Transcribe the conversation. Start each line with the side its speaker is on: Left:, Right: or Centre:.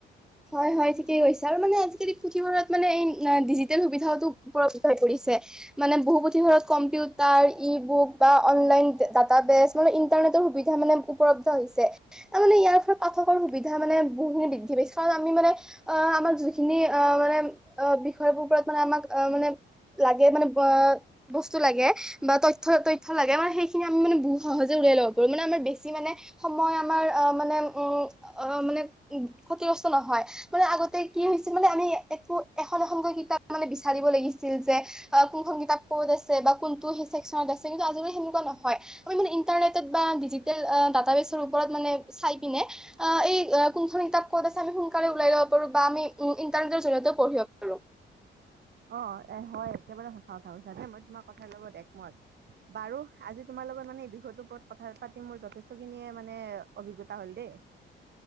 Centre: হয়, হয়, ঠিকে কৈছা আৰু মানে আজিকালি পুথিভঁৰাত মানে এই ডিজিটেল সুবিধাওটো উপলব্ধ হৈ পৰিছে। মানে বহু পুথি ঘৰত কম্পিউটাৰ, ই বুক বা অনলাইন ডাটা বেচ মানে ইন্টাৰনেটৰ সুবিধা মানে উপলব্ধ হৈছে, তাৰ মানে ইয়াৰ ফলত পাঠকৰ সুবিধা মানে বহুখিনি বৃদ্ধি পাইছে। আমি মানে, অ' আমাক যিখিনি অ' মানে বিষয়বোৰ ওপৰত মানে আমাক মানে লাগে মানে ব বস্তু লাগে। বা তথ্য, তথ্য লাগে মানে সেইখিনি আমি মানে বহুত সহজে উলিয়াই লম। মানে আমাৰ বেছি মানে সময় আমাৰ মানে, উম'। অ' মানে ক্ষতিগ্ৰস্ত নহয়। মানে আগতে কি হৈছিল মানে, আমি একো এখন এখনকৈ কিতাপ মানে বিচাৰিব লাগিছিল যে। কোনখন কিতাপ ক'ত আছে বা কোনটো ছেকচনত আছে কিন্তু আজিকালি সেনেকুৱা নহয় আমি মানে ইটাৰনেট বা ডিজিটেল ডাটা বেচৰ ওপৰত মানে চাই পিনে আ এই কোনখন কিতাপ ক'ত আছে, আমি সোনকালে উলাই লব পাৰো বা আমি ই ইটাৰনেটৰ জৰিয়তেও পঢ়িব পাৰো।
Right: অ' এ হয় একেবাৰে সঁচা কথা কৈছা দেই, মই তোমাৰ কথাৰ লগত একমত। বাৰু আজি তোমাৰ লগত মানে এই বিষয়টোৰ ওপৰত কথা পাতি, মোৰ যথেষ্টখিনিয়ে মানে অভিজ্ঞতা হ'ল দেই।